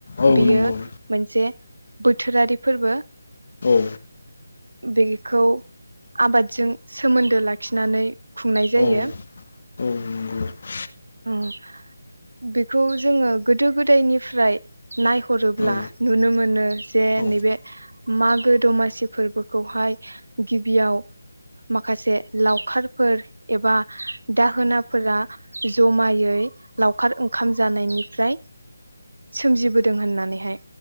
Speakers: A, on the left (about 55°); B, on the right (about 80°).
A: औ
B: बेयो
A: नंगौ
B: मोनसे बोथोरारि फोरबो
A: औ
B: बेखौ आबादजों सोमोन्दो लाखिनानै खुंनाय जायो।
A: औ नंगौ औ
B: उम बेखौ जोङो गोदो गोदायनिफ्राय नायहरोब्ला
A: औ
B: नुनो मोनो जे
A: औ
B: नैबे मागो दमासि फोरबोखौहाय गिबियाव माखासे लावखारफोर एबा दाहोना फोरा ज'मायै लावखार ओंखाम जानायनिफ्राय सोमजिबोदों होननानैहाय।